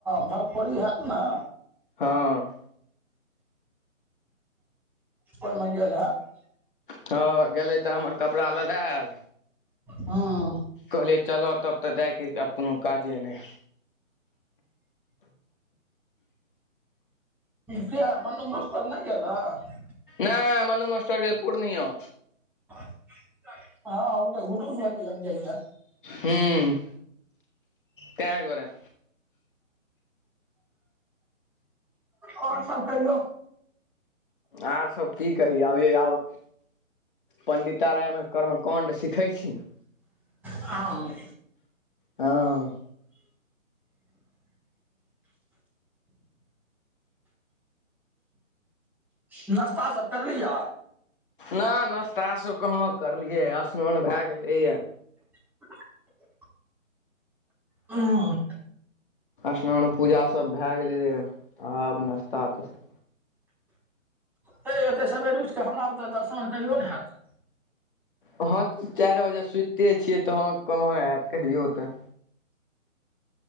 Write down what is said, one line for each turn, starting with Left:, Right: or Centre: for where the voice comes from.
Centre: भरफोरी हेत ने।
Left: हँ।
Centre: ओहिमे गेल हेब।
Left: हँ गेलै तऽ हमर कपड़ा लेने आयल।
Centre: हँ
Left: कहलिए चलह तब तऽ जायके आब कोनो काजे नहि।
Centre: किये मनु मास्टर नहि गेल रहे।
Left: नै मनु मास्टर गेल पूर्णिया।
Centre: हँ ओ तऽ घूटून भाइजी लग गेल रहे।
Left: हुं कैक बेरा।
Centre: और सब कहियौ।
Left: आर सभ की कही अभि आब पण्डितारायमे कर्मकाण्ड सिखै छी।
Centre: हँ।
Left: हँ।
Centre: नास्ता सब कैर लिय।
Left: नै नाश्ता सब कहाँ करलियै स्नान भए गेलैये।
Centre: <inaudible> हं।
Left: स्नान पूजा सभ भए गेलैये आब नास्ता तस्ता
Centre: तैं एतेक सबेर उठ कऽ हमरा बते तऽ स्नान कहियो ने हैत।
Left: अहाँ तऽ चारि बजे सुतते छियै, तऽ अहाँ के कोना हैत कहियौ तऽ।